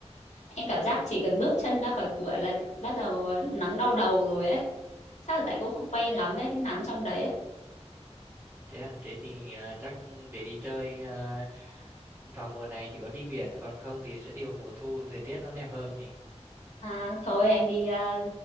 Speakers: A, on the left; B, on the right.
A: em cảm giác chỉ cần bước chân ra khỏi cửa là bắt đầu ờ, nắng đau đầu rồi ấy. Chắc là tại cũng không quen lắm với cái nắng trong đấy. á.
B: Thế à, thế thì à, chắc để đi chơi à, vào mùa này chỉ có đi biển còn không thì sẽ đi vào mùa thu thời tiết nó đẹp hơn nhỉ.
A: À, thôi anh đi ờ,